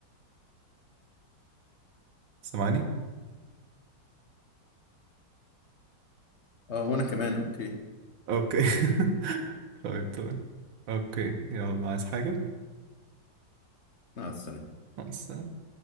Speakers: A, on the right; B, on the left.
A: سامعني
B: اه وانا كمان اوكي
A: اوكي <laughs> طيب طيب اوكي يلا عايز حاجة
B: مع السلامه
A: مع السلامة